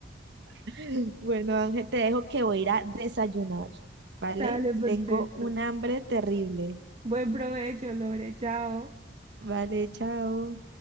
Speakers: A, on the right (about 60°); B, on the right (about 35°).
A: <laughs> Bueno, Ángel, te dejo que voy a ir a desayunar, ¿vale?
B: <laughs> Dale, perfecto.
A: Tengo un hambre terrible.
B: Buen provecho, Lore. Chao.
A: Vale, chao.